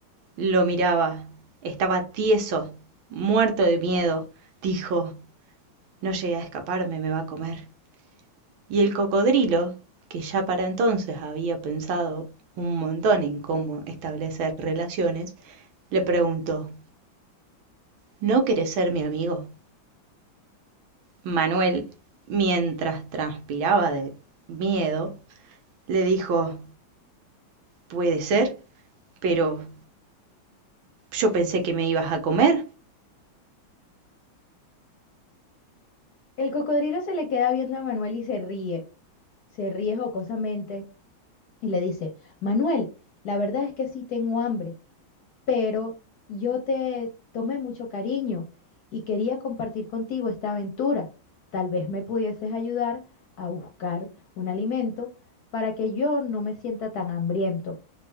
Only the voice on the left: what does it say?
El cocodrilo se le queda viendo a Manuel y se ríe, se ríe jocosamente y le dice, Manuel, la verdad es que sí tengo hambre. pero yo te tomé mucho cariño y quería compartir contigo esta aventura. Tal vez me pudieses ayudar a buscar un alimento para que yo no me sienta tan hambriento.